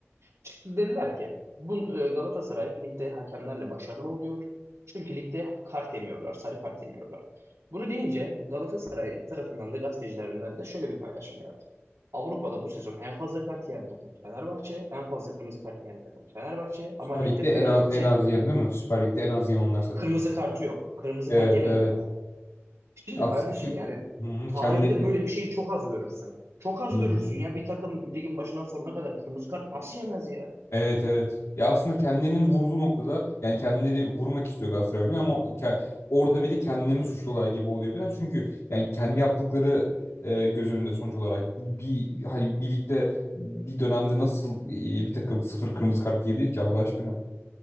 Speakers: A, on the right; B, on the left.
A: Çıktı dediler ki bu e, Galatasaray ligde hakemlerle başarılı oluyor. Çünkü ligde kart yemiyorlar, sarı kart yemiyorlar. Bunu deyince Galatasaray tarafından da gazetecilerinden de şöyle bir paylaşım geldi. Avrupa'da bu sezon en fazla kart yiyen takım Fenerbahçe, en fazla kırmızı kart yiyen takım Fenerbahçe
B: Süper
A: ama ligde
B: Lig'de
A: Fenerbahçe
B: en az, en az yiyen değil mi? Süper Lig'de en az yiyen onlar zaten.
A: kırmızı kartı yok. Kırmızı
B: Evet
A: kart yemedi
B: evet.
A: daha. Şimdi
B: Aslında
A: kardeşim yani
B: hı hı,
A: tarihte
B: kendi
A: böyle bir şeyi çok az görürsün. Çok az
B: Hı
A: görürsün
B: hı.
A: ya bir takım ligin başından sonuna kadar kırmızı kart nasıl yemez ya?
B: Evet evet. Ya aslında kendilerinin vurduğu noktada yani kendileri vurmak istiyor Galatasaray örneğin ama ke- orada bile kendilerini suçluyorlar gibi oluyor biraz. Çünkü yani kendi yaptıkları e, göz önünde sonuç olarak bir hani birlikte bir dönemde nasıl e, bir takım sıfır kırmızı kart yiyebilir ki Allah aşkına?